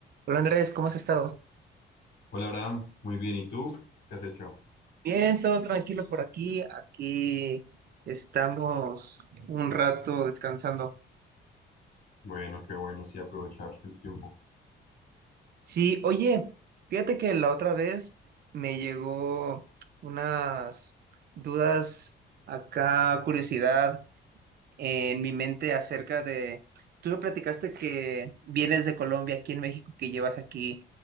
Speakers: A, on the right (about 50°); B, on the left (about 55°).
A: Hola Andrés, ¿cómo has estado?
B: Hola Abraham, muy bien. ¿Y tú? ¿Qué has hecho?
A: Bien, todo tranquilo por aquí. Aquí estamos un rato descansando.
B: Bueno, qué bueno, sí, aprovechar el tiempo.
A: Sí, oye, fíjate que la otra vez me llegó unas dudas acá, curiosidad en mi mente acerca de, tú me platicaste que vienes de Colombia aquí en México, que llevas aquí